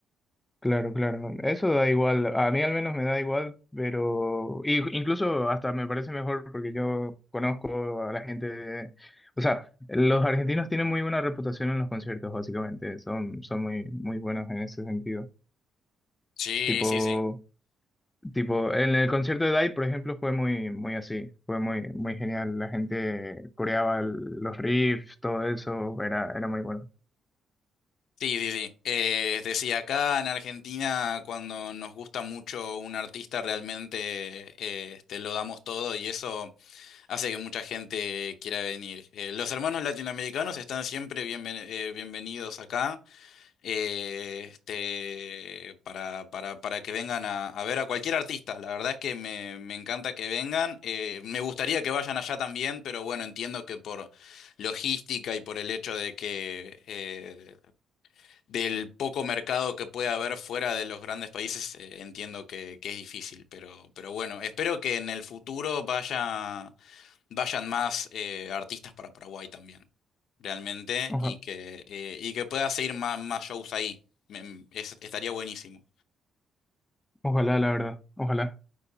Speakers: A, on the left; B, on the left.
A: Claro, claro. Eso da igual. A mí al menos me da igual, pero y- incluso hasta me parece mejor porque yo conozco a la gente de- O sea, los argentinos tienen muy buena reputación en los conciertos, básicamente. Son, son muy, muy buenos en ese sentido.
B: Sí,
A: Tipo.
B: sí, sí.
A: Tipo, en el concierto de DAI, por ejemplo, fue muy, muy así, fue muy, muy genial. La gente coreaba el- los riffs, todo eso, era, era muy bueno.
B: Sí, sí, sí. Eh, es decir, acá en Argentina, cuando nos gusta mucho un artista, realmente eh, este, lo damos todo y eso hace que mucha gente quiera venir. Eh, los hermanos latinoamericanos están siempre bienven- eh, bienvenidos acá. eh, este, para, para, para que vengan a, a ver a cualquier artista. La verdad es que me, me encanta que vengan. eh, me gustaría que vayan allá también, pero bueno, entiendo que por logística y por el hecho de que eh, del poco mercado que puede haber fuera de los grandes países, eh, entiendo que, que es difícil, pero, pero bueno, espero que en el futuro vaya vayan más eh, artistas para Paraguay también, realmente,
A: Oja-
B: y que, eh, y que pueda seguir más, más shows ahí. Me- me- es- estaría buenísimo.
A: ojalá, la verdad, ojalá,